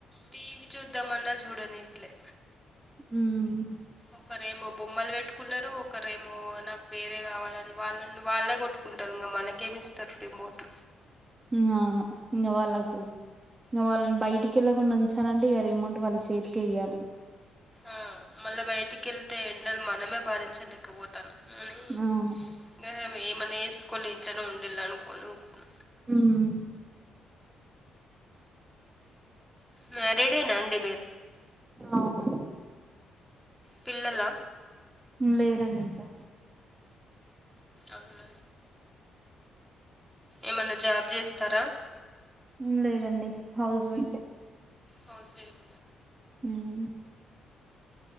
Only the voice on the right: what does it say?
ఉమ్
ఉమ్మ్ అవును ఇంగా వాళ్ళకు ఇంక వాళ్ళని బయటికి ఎళ్ళకుండా ఉంచాలంటే ఇగ రిమోట్ వాళ్ళ చేతికే ఇయ్యాలి
అవును
ఉమ్మ్
అవును
లేరండి ఇంకా
ఉమ్మ్ లేదండి హౌస్ వైఫే
ఉమ్